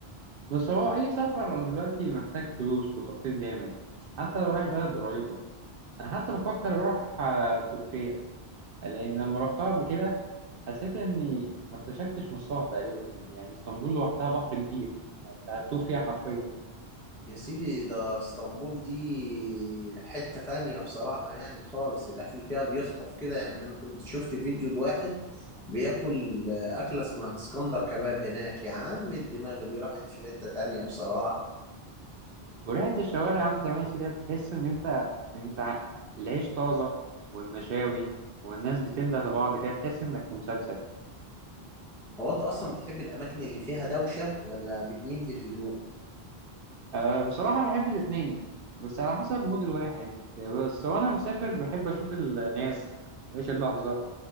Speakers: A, on the right; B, in the centre.
A: بس هو أي سفر دلوقتي محتاج فلوس وتخطيط جامد حتى لو رايح بلد قريبة أنا حتى بفكر أروح آه، تركيا لأن لما رحتها قبل كده حسيت إني ما اكتشفتش نصها تقريبا يعني اسطنبول لوحدها بحر كبير أنت هتوه فيها حرفيا
B: يا سيدي ده اسطنبول دي حتة تانية بصراحة يعني خالص الأكل فيها بيخطف كده يعني أنا كنت شفت فيديو لواحد بياكل آه، أكلة اسمها اسكندر كباب هناك يا عم الدماغ دي راحت في حتة تانية بصراحة
A: وريحة الشوارع وأنت ماشي كده بتحس إن أنت أنت ع- العيش طازة والمشاوي والناس بتنده لبعض كده تحس إنك في مسلسل
B: هو أنت أصلا بتحب الأماكن اللي فيها دوشة ولا بتميل للهدوء؟
A: أه بصراحة بحب الاتنين بس على حسب مود الواحد بس وأنا مسافر بحب أشوف الناس وأعيش اللحظة